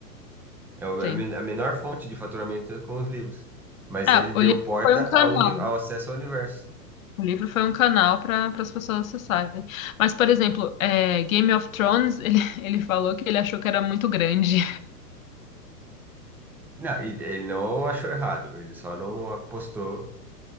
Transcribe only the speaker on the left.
Sim.
É,
o livro
foi um canal.
O livro foi um canal para as pessoas acessarem. Mas, por exemplo, é, Game of Thrones, ele, <laughs> ele falou que ele achou que era muito grande.